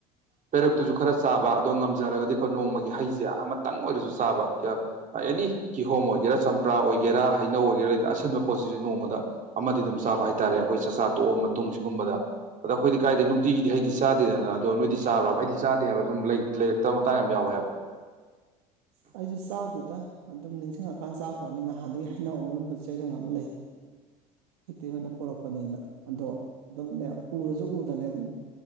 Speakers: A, on the right; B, on the right.
A: ꯄꯦꯔꯛꯇꯨꯁꯨ ꯈꯔ ꯆꯥꯕ ꯑꯗꯣ ꯉꯝꯖꯔꯒꯗꯤꯀꯣ ꯅꯣꯡꯃꯒꯤ ꯍꯩꯁꯦ ꯑꯃꯇꯪ ꯑꯣꯏꯔꯁꯨ ꯆꯥꯕ ꯑꯥ ꯑꯦꯅꯤ ꯀꯤꯍꯣꯝ ꯑꯣꯏꯒꯦꯔꯥ ꯆꯝꯄ꯭ꯔꯥ ꯑꯣꯏꯒꯦꯔꯥ ꯍꯩꯅꯧ ꯑꯣꯏꯒꯦꯔꯥ ꯗ ꯑꯁꯤꯟꯕ ꯄꯣꯠꯁꯤꯁꯨ ꯅꯣꯡꯃꯗ ꯑꯃꯗꯤ ꯑꯗꯨꯝ ꯆꯥꯕ ꯍꯥꯏꯇꯥꯔꯦ ꯑꯩꯈꯣꯏ ꯆꯥꯛꯆꯥ ꯇꯣꯛꯑ ꯃꯇꯨꯡ ꯁꯤꯒꯨꯝꯕꯗ ꯑꯗꯣ ꯑꯈꯣꯏꯗꯤ ꯀꯥꯏꯗꯩ ꯅꯨꯡꯇꯤꯒꯤꯗꯤ ꯍꯩꯗꯤ ꯆꯥꯗꯦꯗꯅ ꯑꯗꯣ ꯅꯣꯏꯗꯤ ꯆꯥꯕ꯭ꯔꯥꯕ ꯑꯩꯗꯤ ꯆꯥꯗꯦ ꯍꯥꯏꯕ ꯑꯗꯨꯨꯝ ꯂꯩ ꯂꯩꯔꯛꯇ ꯃꯇꯥꯡ ꯌꯥꯝ ꯌꯥꯎꯋꯦ ꯍꯥꯏꯕ
B: ꯑꯁ ꯑꯩꯖꯨ ꯆꯥꯗꯦꯗ ꯑꯗꯨꯝ ꯅꯤꯡꯁꯤꯡꯉꯀꯥꯟ ꯆꯥꯕꯋꯥꯅꯤ ꯉꯥꯍꯥꯟꯗꯒꯤ ꯍꯩꯅꯧ ꯑꯃꯨꯟꯕ ꯆꯩꯔꯪ ꯑꯃ ꯂꯩ ꯏꯇꯩꯃꯥꯏꯅ ꯄꯣꯔꯛꯄꯅꯤꯅ ꯑꯗꯣ ꯑꯗꯨꯝꯅꯦ ꯎꯔꯁꯨ ꯎꯗꯅꯦ ꯑꯗꯨꯝ